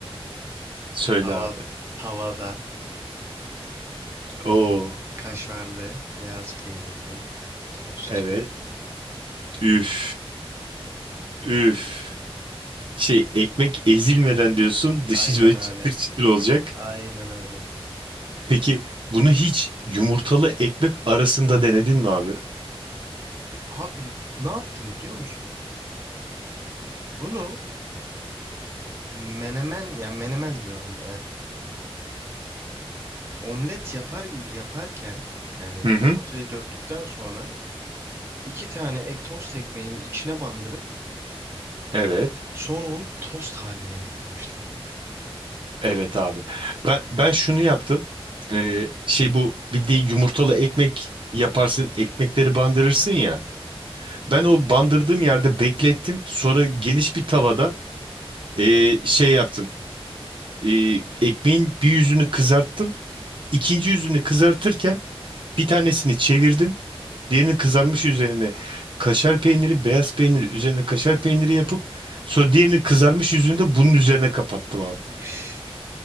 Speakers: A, on the right; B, on the right.
A: Söyle
B: Tava,
A: abi.
B: tavada
A: Oo
B: kaşarlı beyaz peynirli tost.
A: evet üf üf şey ekmek ezilmeden diyorsun dışı
B: Aynen
A: böyle
B: öyle.
A: çıtır çıtır olacak.
B: Aynen öyle.
A: Peki bunu hiç yumurtalı ekmek arasında denedin mi abi?
B: Abi ne yaptım biliyor musun? Bunu menemen, yani menemen diyorum. Omlet yapar gibi yaparken yani
A: Hı hı.
B: yumurtayı döktükten sonra iki tane ek, tost ekmeğini içine bandırıp
A: Evet.
B: sonra onu tost haline getirmişliğim var.
A: Evet abi. Ben ben şunu yaptım. Ee, şey bu bildiğin yumurtalı ekmek yaparsın, ekmekleri bandırırsın ya. Ben o bandırdığım yerde beklettim. Sonra geniş bir tavada ee, şey yaptım. Ee, ekmeğin bir yüzünü kızarttım. İkinci yüzünü kızartırken bir tanesini çevirdim. Diğerini kızarmış üzerine kaşar peyniri, beyaz peynir üzerine kaşar peyniri yapıp sonra diğerini kızarmış yüzünü de bunun üzerine kapattım abi.
B: Üf.